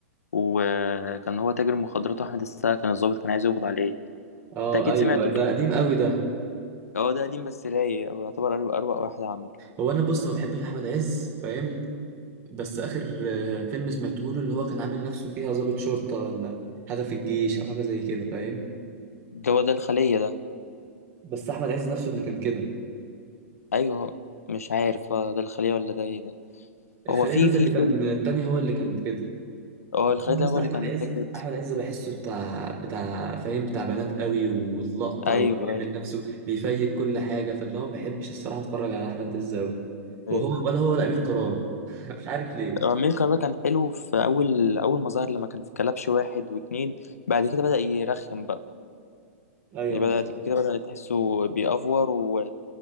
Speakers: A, on the left; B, on the right.
A: وكان هو تاجر مخدرات وأحمد السقا كان الضابط كان عايز يقبض عليه
B: اه
A: أنت أكيد
B: ايوه
A: سمعته
B: ده
A: الفيلم.
B: قديم قوي ده
A: هو ده قديم بس رايق هو يعتبر أروع أروع واحد عمل
B: هو انا بص ما بحبش احمد عز فاهم بس اخر آه، فيلم سمعته له اللي هو كان عامل نفسه فيها ضابط شرطه ولا حاجه في الجيش او حاجه زي كده فاهم
A: ده هو ده الخلية ده
B: بس احمد عز نفسه اللي كان كده
A: أيوه مش عارف آه، ده الخلية ولا ده إيه ده
B: الخليه
A: هو في
B: دوت
A: في
B: اللي
A: فيلم
B: كان التاني هو اللي كان كده
A: هو
B: بس
A: الخلية
B: انا
A: ده
B: لسه
A: هو اللي
B: احمد
A: كان
B: عز
A: فاكر
B: احمد عز بحسه بتاع بتاع فاهم بتاع بنات قوي واللقطه
A: أيوه
B: وبيعمل نفسه بيفيك كل حاجه فاللي هو ما بحبش الصراحه اتفرج على احمد عز قوي وهو
A: أيوه
B: ولا هو ولا امير كرارة <laughs> مش عارف ليه
A: آه، أمير كرارة كان حلو في أول أول ما ظهر لما كان في كلبش واحد واتنين بعد كده بدأ يرخم بقى
B: ايوه
A: يعني
B: بالظبط
A: بدأ كده بدأ تحسه بيأفور و...